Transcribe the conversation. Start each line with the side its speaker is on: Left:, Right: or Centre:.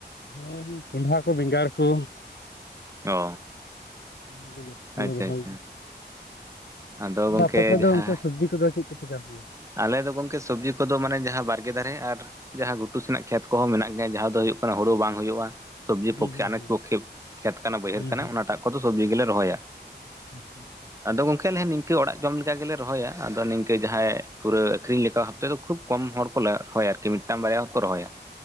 Left: ᱦᱩᱸ ᱦᱩᱸ ᱠᱚᱸᱰᱷᱟ ᱠᱚ ᱵᱮᱸᱜᱟᱲ ᱠᱳ
Right: ᱚ
Left: ᱱᱤᱭᱜᱮ ᱡᱟᱹᱥᱛᱤ ᱞᱮ
Right: ᱟᱪᱪᱷᱟ
Left: ᱨᱚᱦᱚᱭ
Right: ᱟᱪᱪᱷᱟ ᱟᱫᱚ ᱜᱚᱝᱠᱮ
Left: ᱟᱯᱮ ᱥᱮᱜ ᱫᱚ
Right: ᱡᱟᱦᱟᱸ
Left: ᱜᱚᱝᱠᱮ ᱥᱚᱵᱽᱡᱤ ᱠᱚᱫᱚ ᱪᱮᱜ ᱠᱚᱯᱮ ᱪᱟᱥ ᱜᱮᱭᱟ
Right: ᱟᱞᱮ ᱫᱚ ᱜᱚᱝᱠᱮ ᱥᱚᱵᱽᱡᱤ ᱠᱚᱫᱚ ᱢᱟᱱᱮ ᱡᱟᱦᱟᱸ ᱵᱟᱨᱜᱮ ᱫᱷᱟᱨᱮ ᱟᱨ ᱡᱟᱦᱟᱸ ᱜᱷᱩᱴᱩ ᱥᱮᱱᱟᱜ ᱠᱷᱮᱛ ᱠᱚᱦᱚᱸ ᱢᱮᱱᱟᱜ ᱜᱮᱭᱟ ᱡᱟᱦᱟᱸ ᱫᱚ ᱦᱳᱭᱳᱜ ᱠᱟᱱᱟ ᱦᱳᱲᱳ ᱵᱟᱝ ᱦᱳᱭᱳᱜᱼᱟ ᱥᱚᱵᱽᱡᱤ
Left: ᱦᱩᱸ
Right: ᱯᱚᱠᱠᱷᱮ
Left: ᱦᱩᱸ
Right: ᱟᱱᱟᱪ
Left: ᱦᱩᱸ
Right: ᱯᱚᱠᱠᱷᱮ ᱠᱷᱮᱛ ᱠᱟᱱᱟ ᱵᱟᱹᱭᱦᱟᱹᱲ
Left: ᱦᱩᱸ
Right: ᱠᱟᱱᱟ
Left: ᱦᱩᱸ
Right: ᱚᱱᱟᱴᱟᱜ ᱠᱚᱫᱚ ᱥᱚᱵᱽᱡᱤ ᱜᱮᱞᱮ ᱨᱚᱦᱚᱭᱟ
Left: <inaudible>
Right: ᱟᱫᱚ ᱜᱚᱝᱠᱮ ᱱᱮ ᱱᱤᱝᱠᱟᱹ ᱚᱲᱟᱜ ᱡᱚᱢ ᱞᱮᱠᱟ ᱜᱮᱞᱮ ᱨᱚᱦᱚᱭᱟ ᱟᱫᱚ ᱱᱤᱝᱠᱟᱹ ᱡᱟᱦᱟᱸᱭ ᱯᱩᱨᱟᱹ ᱟᱹᱠᱷᱨᱤᱧ ᱞᱮᱠᱟ ᱵᱷᱟᱛᱮ ᱫᱚ ᱠᱷᱩᱵ ᱠᱚᱢ ᱦᱚᱲ ᱠᱚ ᱨᱚᱦᱚᱭᱟ ᱟᱨᱠᱤ ᱢᱤᱫᱴᱟᱝ ᱵᱟᱨᱭᱟ ᱦᱚᱲ ᱠᱚ ᱨᱚᱦᱚᱭᱟ